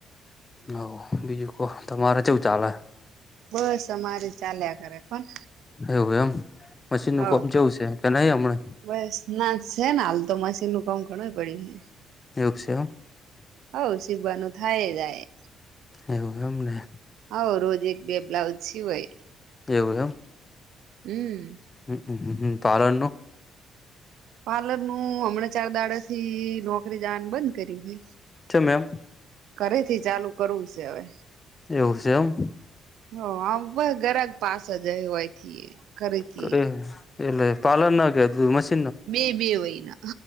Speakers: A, on the left; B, on the right.
A: હવ, બીજું કો તમારે ચેવું ચાલે?
B: બસ અમારી ચાલ્યા કરે પણ
A: એવું એમ, મશીન નું
B: હવ
A: કોમ ચેવું છે, કે નઈ હમણે?
B: બસ ના છે ને હાલ તો મશીન નું કામ ઘણુંય પડ્યું છે.
A: એવું સે એમ?
B: હવ, શીવાનું થાય જાય.
A: એવું એમ ને?
B: હવ, રોજ એક બે બ્લાઉજ સિવાય.
A: એવું એમ?
B: હમ્મ.
A: હમ્મ હ હ પારન નો?
B: પાર્લર નું, હમણાં ચાર દાડા થી, નોકરી જાવાનું બંધ કર્યું હે.
A: ચેમ એમ?
B: ઘરેથી ચાલુ કરવું સે હવે.
A: એવું છે એમ
B: હ, આમ પ ઘરાક જ પાસે જ હોયથી. ઘરેથી
A: ક એટલે પાલન કે મ
B: બે બે વયના.